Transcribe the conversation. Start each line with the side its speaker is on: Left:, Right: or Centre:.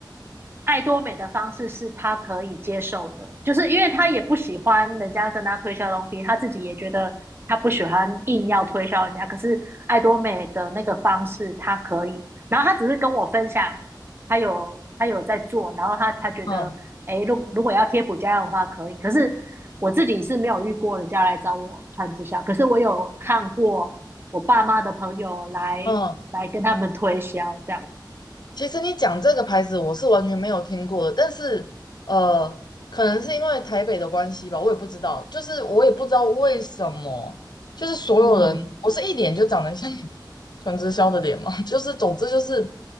Right: 爱多美的方式是他可以接受的，就是因为他也不喜欢人家跟他推销东西，他自己也觉得他不喜欢硬要推销人家。可是爱多美的那个方式他可以，然后他只是跟我分享，他有他有在做，然后他他觉得，
Left: 嗯
Right: 诶，如如果要贴补家用的话可以。可是我自己是没有遇过人家来找我穿直销，可是我有看过我爸妈的朋友来
Left: 嗯。
Right: 来跟他们推销这样，
Left: 其实你讲这个牌子，我是完全没有听过的，但是呃，可能是因为台北的关系吧，我也不知道，就是我也不知道为什么，就是所有人，
Right: 嗯
Left: 我是一脸就长得像 <laughs> 传直销的脸嘛，就是总之就是